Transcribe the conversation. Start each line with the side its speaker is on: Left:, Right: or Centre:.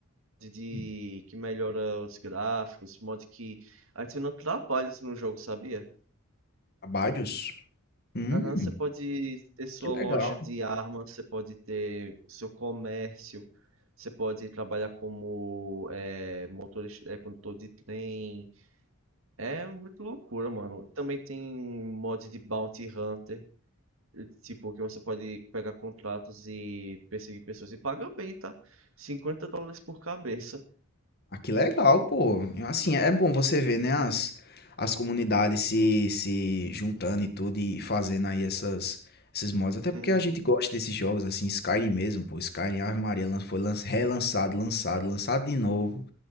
Right: mod De,
Left: Hum.
Right: que melhora os gráficos. Mod que adiciona trabalhos no jogo, sabia?
Left: Abadios? Hum,
Right: Aham, você pode ter sua
Left: que legal.
Right: loja de armas, você pode ter seu comércio, você pode trabalhar como é, motorista, é, condutor de trem, É muito loucura, mano. Também tem mod de Bounty Hunter, eh, tipo, que você pode pegar contratos e perseguir pessoas e paga bem, tá? 50 dólares por cabeça.
Left: Ah, que legal, pô. Eu, Assim, é bom você ver, né, as, as comunidades se, se juntando e tudo e fazendo aí essas, esses mods. Até porque
Right: Uhum.
Left: a gente gosta desses jogos, assim, Skyrim mesmo, pô. Skyrim, Ave Maria, lan- foi lan- relançado, lançado, lançado de novo.